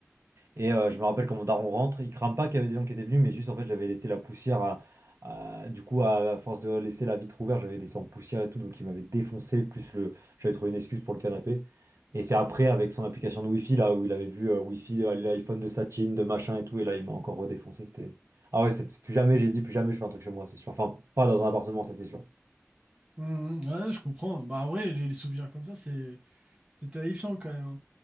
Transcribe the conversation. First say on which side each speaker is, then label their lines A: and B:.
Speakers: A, on the right; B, on the right.
A: Et euh, je me rappelle quand mon daron rentre, il crame pas qu'il y avait des gens qui étaient venus, mais juste en fait j'avais laissé la poussière, à- à- du coup à, force de laisser la vitre ouverte, j'avais laissé en poussière et tout, donc il m'avait défoncé, plus le, j'avais trouvé une excuse pour le canapé. Et c'est après avec son application de Wi-Fi là où il avait vu euh, Wi-Fi, euh, l'iPhone de Satine, de machin et tout, et là il m'a encore redéfoncé, c'était... Ah ouais, c'est- plus jamais j'ai dit, plus jamais je fais un truc chez moi, c'est sûr. Enfin, pas dans un appartement, ça c'est sûr.
B: Mm. Ouais, je comprends. Bah, en vrai, les, les souvenirs comme ça, c'est c'est terrifiant quand même. hein.